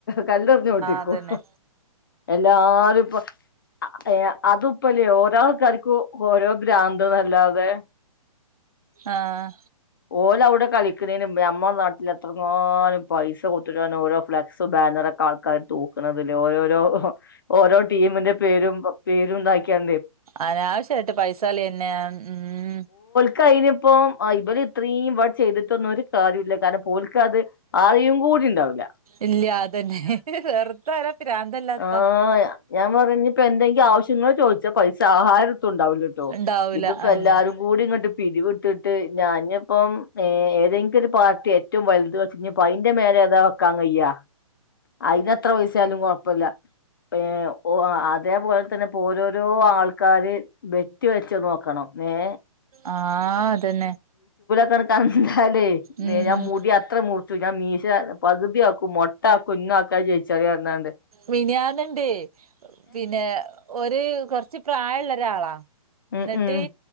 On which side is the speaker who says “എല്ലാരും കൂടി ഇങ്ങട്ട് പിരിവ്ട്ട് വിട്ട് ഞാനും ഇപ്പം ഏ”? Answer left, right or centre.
Left